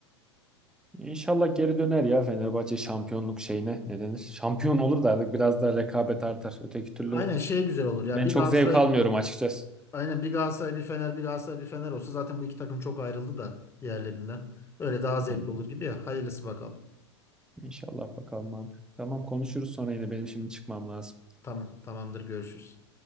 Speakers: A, in the centre; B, on the left.
A: İnşallah geri döner ya Fenerbahçe şampiyonluk şeyine ne denir? Şampiyon olur da artık biraz daha rekabet artar. Öteki türlü
B: Aynen şey güzel olur
A: ben
B: ya. Bir
A: çok
B: Galatasaray
A: zevk almıyorum açıkçası.
B: aynen bir Galatasaray bir Fener bir Galatasaray bir Fener olsa zaten bu iki takım çok ayrıldı da diğerlerinden. Öyle daha zevkli
A: Aynen.
B: olur gibi ya. Hayırlısı bakalım.
A: İnşallah bakalım abi. Tamam konuşuruz sonra yine benim şimdi çıkmam lazım.
B: Tamam, tamamdır görüşürüz.